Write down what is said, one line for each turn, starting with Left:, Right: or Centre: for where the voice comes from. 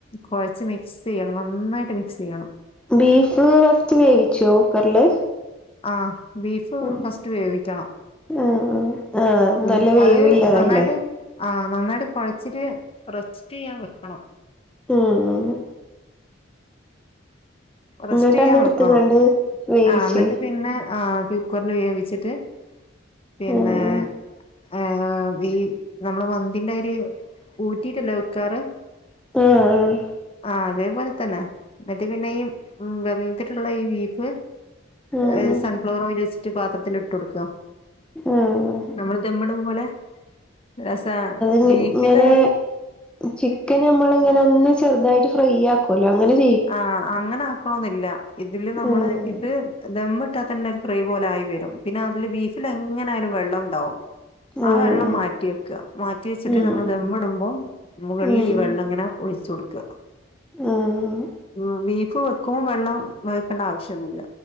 Left: കൊഴച്ച് മിക്സ് ചെയ്യണം. നന്നായിട്ട് മിക്സ് ചെയ്യണം.
Centre: ബീഫ് ഫസ്റ്റ് വേവിച്ചോ കുക്കറില്?
Left: ആഹ് ബീഫ്
Centre: ആഹ്
Left: ഫസ്റ്റ് വേവിക്കണം.
Centre: ആഹ് ആഹ്
Left: ഉം
Centre: നല്ല വേവില്ലതല്ലേ
Left: അത് നന്നായിട്ട് ആഹ് നന്നായിട്ട് കൊഴച്ചിട്ട് റെസ്റ്റ് ചെയ്യാൻ വെക്കണം.
Centre: ഉം
Left: റെസ്റ്റെയ്യാൻ
Centre: എന്നിട്ട് അതെടുത്ത്ങ്ങാണ്ട്
Left: വെക്കണം
Centre: വേവിച്ചേ
Left: ആഹ് എന്നിട്ട് പിന്നെ ആഹ് കുക്കറിൽ വേവിച്ചിട്ട് പിന്നെ
Centre: ആഹ്
Left: ആഹ്ഈ നമ്മള് മന്തിൻ്റാരി ഊറ്റിട്ടല്ലോ വെക്കാറ്
Centre: ആഹ്
Left: ആഹ് അതേ പോലെത്തന്നെ പിന്നെയീ വെന്തിട്ടൊള്ള ഈ ബീഫ്
Centre: ആഹ്
Left: ഏഹ് സൺഫ്ലവറോയിലൊഴിച്ചിട്ട് പാത്രത്തിലിട്ട് കൊടുക്ക
Centre: ആഹ്
Left: നമ്മള് ദമ്മിടും പോലെ രസ
Centre: <unintelligible>
Left: ബീഫിന്റെ
Centre: ഇങ്ങനെ ചിക്കൻ ഞമ്മള് ഇങ്ങനെ ഒന്ന് ചെറുതായിട്ട് ഫ്രൈയ്യാക്കുവല്ലോ അങ്ങനെ <unintelligible>
Left: ആഹ് അങ്ങനെ ആക്കണൊന്നില്ല ഇതില് നമ്മള്
Centre: ആഹ്
Left: ഇത് ദമ്മിട്ടാ തന്നെ ഒരു ഫ്രൈ പോലായി വരും പിന്നെ അതില് ബീഫിലെങ്ങനായാലും വെള്ളം ഉണ്ടാവും
Centre: ആഹ്
Left: ആ വെള്ളം മാറ്റി വെക്ക്ക മാറ്റി വെച്ചിട്ട്
Centre: ഉം
Left: നമ്മള് ദമ്മിടുമ്പോ മുകളിലീ
Centre: ഉം
Left: വെള്ളം ഇങ്ങനെ ഒഴിച്ചു കൊടുക്ക
Centre: ആഹ് ആഹ്
Left: ഉം ബീഫ് വെക്കുമ്പോ വെള്ളം വെക്കേണ്ട ആവശ്യൊന്നുല്ല